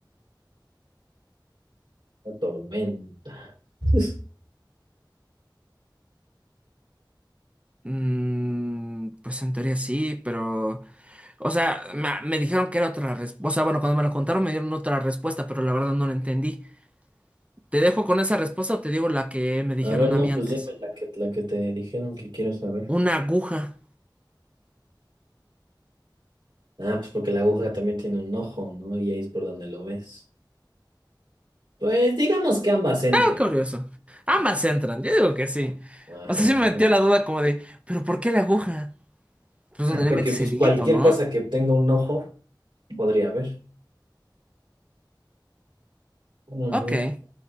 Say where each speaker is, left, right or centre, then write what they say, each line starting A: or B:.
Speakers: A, on the right (about 75°); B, on the right (about 15°).
A: La tormenta. <laughs>
B: Mm, pues en teoría sí, pero... O sea, ma- me, dijeron que era otra respuesta. O sea, bueno, cuando me lo contaron me dieron otra respuesta, pero la verdad no la entendí. ¿Te dejo con esa respuesta o te digo la que me dijeron
A: A ver, no,
B: a mí
A: pues
B: antes?
A: dime la que, la que te dijeron que quiero saber.
B: Una aguja.
A: Ah, pues porque la aguja también tiene un ojo, ¿no? Y ahí es por donde lo ves. Pues digamos que ambas entran.
B: Ah, curioso. Ambas entran, yo digo que sí.
A: Ajá,
B: O sea, sí me
A: ajá.
B: metió la duda como de, ¿pero por qué la aguja? Pues donde le
A: Porque
B: metes
A: pues
B: el
A: cualquier
B: hilito, ¿no?
A: cosa que tenga un ojo podría ver. Ujú.
B: Ok.